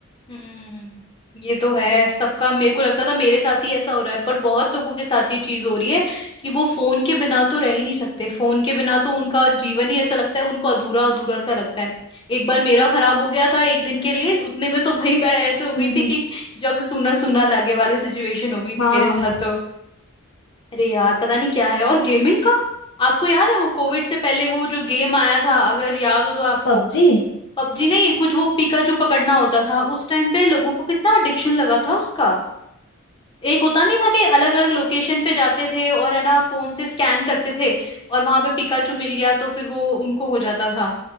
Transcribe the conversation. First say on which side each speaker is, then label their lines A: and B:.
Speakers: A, on the left (about 25°); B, on the left (about 55°).
A: हम्म ये तो है सबका मेरे को लगता था मेरे साथ ही ऐसा हो रहा है पर बहुत लोगों के साथ ये चीज हो रही है कि वो फोन के बिना तो रह ही नहीं सकते फोन के बिना तो उनका जीवन ही ऐसा लगता है उनको अधूरा अधूरा सा लगता है एक बार मेरा खराब हो गया था एक दिन के लिए उतने में तो भाई मैं ऐसे हो गई
B: हम्म
A: थी
B: हम्म
A: कि जग सूना सूना लागे वाली सिचुएशन हो गई थी
B: हाँ
A: मेरे साथ तो अरे यार पता नहीं क्या है और गेमिंग का आपको याद है वो कोविड से पहले वो जो गेम आया था अगर याद हो तो आपको
B: पबजी
A: पबजी नहीं कुछ वो पिकाचू पकड़ना होता था उस टाइम पे लोगों को कितना एडिक्शन लगा था उसका एक होता नहीं था कि अलग अलग लोकेशन पे जाते थे और है ना फोन से स्कैन करते थे और वहां पे पिकाचू मिल गया तो फिर वो उनको हो जाता था